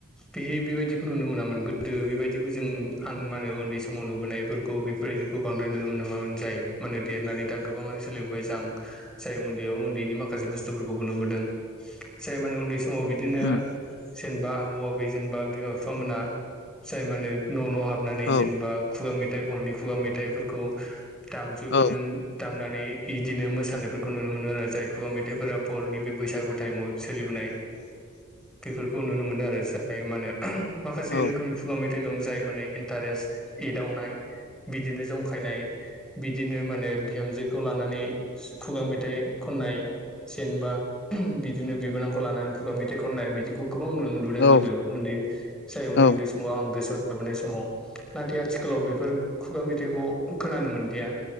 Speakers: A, in the centre; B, on the left (about 50°).
A: बे बेबायदिखौ नुनो मोनामोन गोदो बेबायदिखौ जों नु आं माहोनो उन्दै समाव नुबोनायफोरखौ बेफोरबायदिखौ बांद्राय नुनो मोनामोन जाय मानोे देरनानै दा गोब गोबाङानो सोलिबोबाय जां जाय उन्दैयाव उन्दैनि माखासे बुस्थुफोरखौबो नुबोदों जाय माने उन्दै समाव बि दिनो
B: उम
A: जेनेबा आबौ आबै जेनबा बिमा बिफा मोना जाय मानो न' न' हाब नानै
B: औ
A: जेनेबा खुगा मेथाइ बर'नि खुगा मेथाइफोरखौ दामजुफोरजों
B: औ
A: दामनानै इदिनो मोसानायफोरखौ नुनो मोनो आरो जाय खुगा मेथाइफोरा बर'नि बे बैसागु टाइमाव सोलिबोनाय
B: <inaudible>
A: फोरखौ नुनो मोनदों आरो जाय मानो माखासे
B: औ
A: रोखोमनि खुगा मेथाइ दं जाय माने इन टारेस्ट एदावनाय बिदिनो जंखायनाय बिदिनो मानो बिहामजोखौ लानानै खुगा मेथाइ खननाय जेनबा <inaudible> बिदिनो बिबोनांखौ लानानै खुगा मेथाइ खननाय बिदिखौ गोबां नुनो मोनबोदों
B: औ
A: गोदो उन्दै जाय उन्दै
B: औ
A: उन्दै समाव आं गोसोआव थाबोनाय समाव नाथाय आथिखालाव बेफोर खुगा मेथाइखौ खोनानो मोनदिया